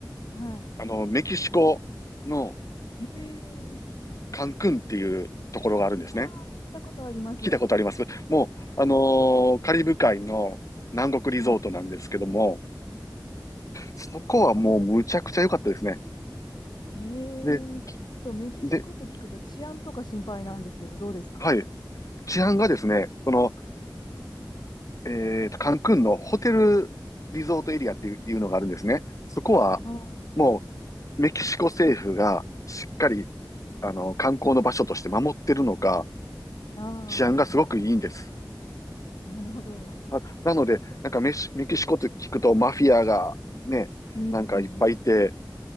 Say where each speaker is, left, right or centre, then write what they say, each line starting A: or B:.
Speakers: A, on the left; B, on the left.
A: はい。
B: あの、メキシコの
A: へえ。
B: カンクンっていうところがあるんですね。
A: あ聞いたことあります。
B: 聞いたことありますもう、あのーカリブ海の南国リゾートなんですけども、
A: はい。
B: そこはもうむちゃくちゃ良かったですね。
A: へえ。
B: で、
A: ちょっとメキシコって聞くと治安とか心配なんですけど、
B: で、
A: どうですか
B: はい。治安がですね、その、えーと、カンクンのホテルリゾートエリアっていういうのがあるんですね。そこは、
A: あ
B: もう、メキシコ政府がしっかり、あの、観光の場所として守ってるのか、
A: あ、
B: 治安がすごくいいんです。
A: ああーなるほど。
B: あなので、なんかメシメキシコって聞くとマフィアがね、
A: うんうんうん。
B: なんかいっぱいいて、